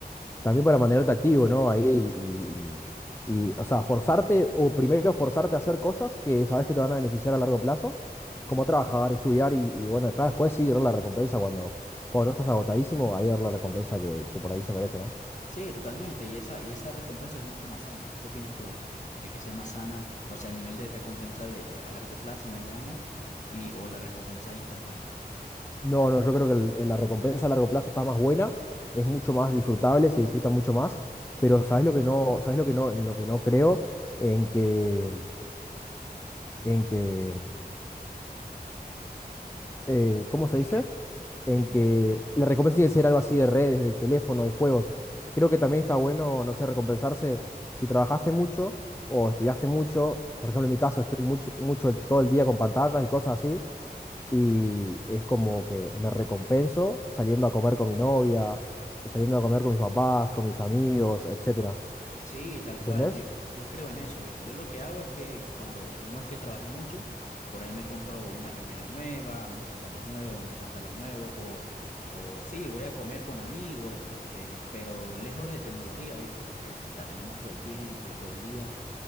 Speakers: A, on the left; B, on the left.
A: También para mantenerte activo, ¿no? Ahí y, y, y, o sea, forzarte, o primero forzarte a hacer cosas que sabes que te van a beneficiar a largo plazo, como trabajar, estudiar y, y bueno, ya después sí dar la recompensa cuando, cuando ya estás agotadísimo, ahí dar la recompensa que, que por ahí se merece, ¿no?
B: Sí, totalmente, y esa, y esa recompensa es mucho más sana. ¿Qué opinas tú de eso? De que sea más sana, o sea, el nivel de recompensa de, de a largo plazo, mediano, y o la recompensa instantánea.
A: No, no, yo creo que el- el- la recompensa a largo plazo está más buena, es mucho más disfrutable, se disfruta mucho más, pero ¿sabes lo que no, sabes lo que no, en lo que no creo? En que, en que, eh, ¿cómo se
B: ¿En
A: dice?
B: qué?
A: en
B: ¿En qué?
A: que la recompensa tiene que ser algo así de redes, de teléfono, de juegos. Creo que también está bueno, no sé, recompensarse si trabajaste mucho o estudiaste mucho. Por ejemplo, en mi caso estoy mucho, mucho el- todo el día con pantallas y cosas así. Y es como que me recompenso saliendo a comer con mi novia, saliendo a comer con mis papás, con mis amigos, etcétera.
B: Sí, tal
A: ¿Entendés?
B: cual. Yo, yo creo en eso, ¿viste? Yo lo que hago es que cuando un mes que trabajé mucho, por ahí me compro una remera nueva, unos zapatos nuevos, un pantalón nuevo, o, o sí, voy a comer con amigos, este, pero lejos de tecnología, ¿viste? Porque la tenemos todo el tiempo, todo el día.